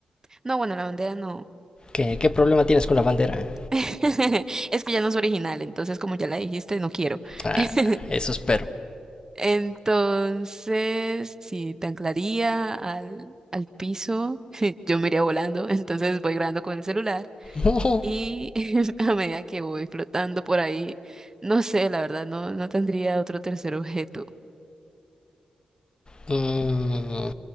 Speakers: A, on the right (about 25°); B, on the left (about 35°).
A: no, bueno, la bandera no.
B: ¿Qué, qué problema tienes con la bandera?
A: <laughs> Es que ya no es original, entonces como ya la dijiste, no quiero.
B: Ah,
A: <laughs>
B: eso espero.
A: Entonces, si te anclaría al, al piso, <laughs> yo me iría volando, <laughs> entonces voy grabando con el celular
B: No,
A: y <laughs> a medida que voy flotando por ahí, no sé, la verdad, no, no tendría otro tercer objeto.
B: Mm,